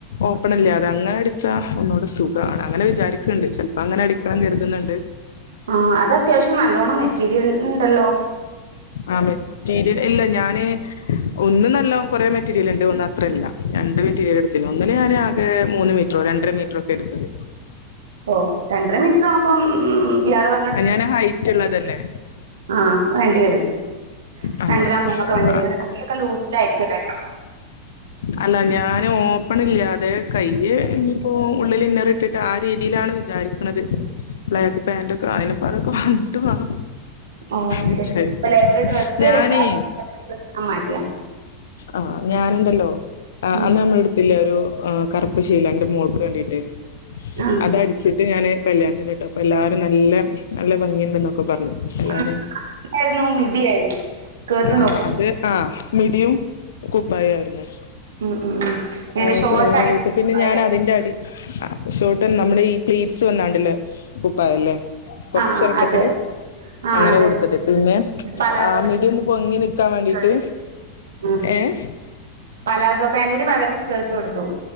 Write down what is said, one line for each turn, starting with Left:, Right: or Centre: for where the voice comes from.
Left: ഓപ്പൺല്ല അത അങ്ങന അടിച്ചാ ഒന്നുകടെ സുഖണ് അങ്ങനെ വിചാരിക്ക ക്ക്ണ്ട് ചെൽപ്പം അങ്ങനെ അടിക്കണം കരുതുന്നുണ്ട്
Right: ഉം അത് അത്യാവശ്യം നല്ലോണ്ണം മെറ്റീരിയൽ ഉണ്ടല്ലോ
Left: ആഹ് മെറ്റീരിയൽ ഇല്ല ഞാന് ഒന്നും നല്ല കൊറെ മെറ്റീരിയൽ ഉണ്ട് ഒന്ന് അത്രല്ല രണ്ട് മെറ്റീരിയൽ എടുത്തി ഒന്ന ഞാൻ ആകെ മൂന്ന് മെ റ്റർ രണ്ടര മീറ്ററ ഒക്കെ എടുത്തത്
Right: ഓഹ് രണ്ടര മീറ്റർ ആവുമ്പം ഉം ഇയാൾ പ
Left: അയ്ൻ ഞാൻ ഹൈറ്റ് ഉള്ളതല്ലേ
Right: ആഹ് വേണ്ടിവരും
Left: ആ
Right: രണ്ടരാം മൂന്നൊക്കെ വേണ്ടി
Left: അപ്പ
Right: വരും കൈ ഒക്കെ ലൂസ് ലായിരിക്കല്ലോ ഉ
Left: അല്ല ഞാന് ഓപ്പൺ ഇല്ലാതെ കൈ ഇനിയിപ്പോ ഉള്ളിൽ ഇന്നറി ഇട്ടി ആ രീതിയിലാണ് വിചാരിക്കണുന്നത് ബ്ലാക്ക് പാാന്റക്കെ അതിനപ്പ അതൊക്കെ വട്ട വേണം
Right: ഓഹ്
Left: വിചാരിക്കണ്ട്
Right: ശരി അല്ലേ ഒരു ഡ്രസ്സ്
Left: ഞാനേ
Right: വിറ്റാൽ <unintelligible> മടിയ
Left: ആഹ് ഞാനുണ്ടല്ലോ
Right: ഉം
Left: അന്ന് നമ്മള എടു ത്തില്ല ഒരു കറുപ്പ് ശീല ഇന്റെ മോൾക്ക് വേണ്ടിട്ട്
Right: ആ
Left: അതടിച്ചിട്ട് ഞാന് കല്യാണത്തിനിട്ട് അപ്പൊ എല്ലാരും നല്ല നല്ല ഭംഗിയുണ്ട എന്നൊക്കെ പറഞ്ഞു എല്ലാരെ
Right: ആ, ആയിരുന്നു മിടിയായിരുന്നു സ്കേർട്ടും
Left: ആഹ്
Right: ടോപ്പും
Left: അത് ആഹ് മിടിയും കുപ്പായ ആയിരുന്നു
Right: ഉം ഉം ഉം ഇങ്ങനെ
Left: ആഹ്
Right: ഷോർട്ടായിട്ട്
Left: ഫ്ലെയർ ആയിട്ട് പിന്നെ
Right: ആഹ്
Left: ഞാൻ അതിന്റെ അടി ആഹ് ഷോട്ട നമ്മുടെ ഈ പ്ലേറ്റ്സ് വന്നാണ്ടല്ലേ കുപ്പായല്ലേ കൊറച്ചിറക്കത്തില്
Right: ആഹ് അത് ആഹ്
Left: അങ്ങനെ
Right: അതെ
Left: കൊടുത്തത് പിന്നെ
Right: പലാസോ
Left: ആമി മിഡി ഒന്ന് പൊങ്ങി നിക്കാൻ വേണ്ടിട്ട്
Right: സ്കേർട്ട് ഉം
Left: ഏഹ്
Right: പലാസോ പാാന്റിന് പകരം സ്കർട്ട് കൊടുത്തു